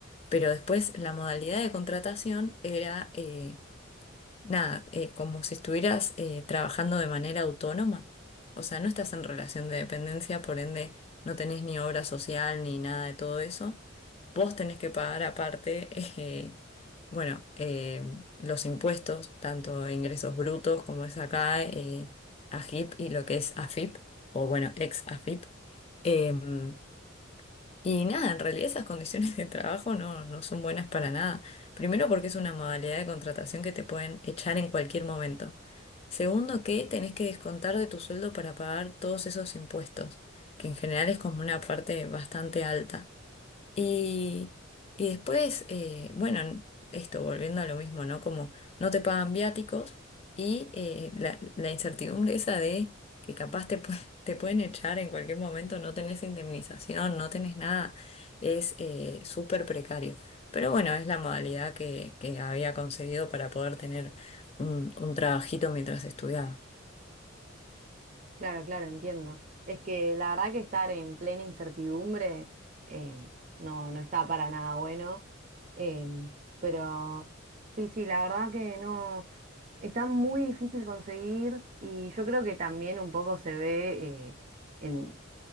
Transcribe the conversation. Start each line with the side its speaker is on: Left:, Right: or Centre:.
Left: Pero después la modalidad de contratación era... eh, nada, eh, como si estuvieras eh, trabajando de manera autónoma. O sea, no estás en relación de dependencia, por ende no tenés ni obra social ni nada de todo eso. Vos tenés que pagar aparte, <laughs> eh, bueno, eh, los impuestos, tanto ingresos brutos como es acá, eh, AGIP y lo que es AFIP, o bueno, ex AFIP. Em, y nada, en realidad esas condiciones de trabajo no, no son buenas para nada. Primero porque es una modalidad de contratación que te pueden echar en cualquier momento. Segundo que tenés que descontar de tu sueldo para pagar todos esos impuestos, que en general es como una parte bastante alta. Y, y después, eh, bueno, esto volviendo a lo mismo, ¿no? Como no te pagan viáticos y eh, la, la incertidumbre esa de que capaz te, pue- <laughs> te pueden echar en cualquier momento, no tenés indemnización, no tenés nada, es eh, súper precario. Pero bueno, es la modalidad que, que había conseguido para poder tener un, un trabajito mientras estudiaba.
Right: Claro, claro, entiendo. Es que la verdad que estar en plena incertidumbre eh, no, no está para nada bueno. em, pero sí, sí, la verdad que no. Está muy difícil conseguir y yo creo que también un poco se ve eh,